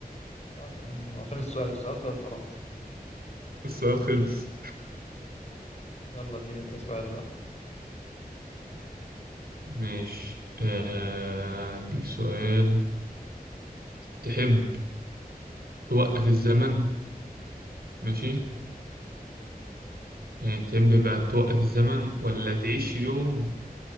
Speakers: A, on the left; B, on the right.
A: خلاص يا عم هو فين السؤال؟ السؤال خلص خلاص
B: <laughs> السؤال خلص
A: يلا اديني أنت سؤال بقى
B: ماشي آه، أديك سؤال تحب توقف الزمن ماشي يعني تحب بقى توقف الزمن ولا تعيش يوم